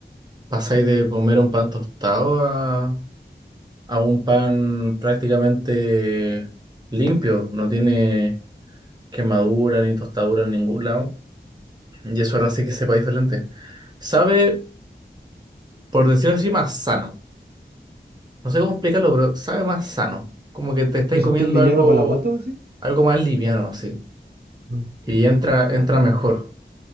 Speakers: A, on the right; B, on the right.
A: pasáis de comer un pan tostado a, a un pan prácticamente limpio. No tiene quemadura ni tostadura en ningún lado. Y eso ahora sí que sepa diferente. Sabe. por decirlo así, más sano. No sé cómo explicarlo, pero sabe más sano. Como que te estáis
B: ¿Lo
A: comiendo
B: sentís liviano
A: algo,
B: para la guata, así?
A: algo más liviano, así.
B: Mm,
A: Y entra, entra mejor.